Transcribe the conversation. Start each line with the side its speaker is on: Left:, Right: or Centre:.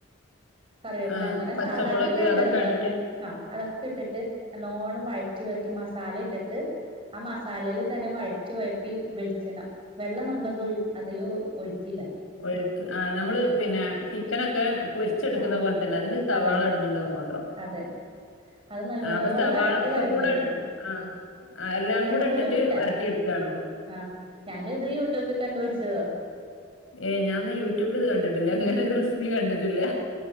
Right: കറിവേപ്പില
Left: ആഹ്
Right: അങ്ങനെ
Left: പച്ചമുളക്
Right: സാധാരണ ഇണ്ടായില്ലോ
Left: അതൊക്കെ
Right: <unintelligible> നിങ്ങൾ
Left: ഇട്ടിട്ട്
Right: തന്നെ ആഹ് അതൊക്കെ ഇട്ടിട്ട് നല്ലോണം വഴറ്റി വഴറ്റി മസാല ഇട്ടിട്ട് ആ മസാലേല് തന്നെ വഴറ്റി വഴറ്റി വെളിച്ചെണ്ണ വെള്ളം നമ്മള്ത് അതില് ഒഴിക്കില്ല.
Left: ഒഴ്ക്ക് ആ നമ്മള് പിന്നെ ചിക്കനൊക്കെ പൊരി പൊരിച്ചെടുക്കുന്ന
Right: ആഹ്
Left: പോലെ തന്നെ അതില് സവാള
Right: അതന്നെ
Left: ഇടുന്നുണ്ടെന്ന് മാത്രം.
Right: അതെ അത് നല്ലോണം
Left: ആ അപ്പൊ സവാള
Right: വരട്ടി
Left: ഒക്കെ
Right: വരട്ടി
Left: കൂടെ
Right: എടുക്കണം
Left: ആ ആ എല്ലാം
Right: ചക്കക്കൂട്
Left: കൂടെ ഇട്ടിട്ട്
Right: ഇട്ടിട്ടാ
Left: വരട്ടി എടുക്കാണോ?
Right: ആഹ് ഞാനിത് യൂട്യൂബി കണ്ടുപടിച്ചതാ.
Left: ഏ ഞാ ന്ന യൂട്യൂബിലിത് കണ്ടിട്ടില്ല ങ്ങനൊരു റെസ് കണ്ടിട്ടില്ല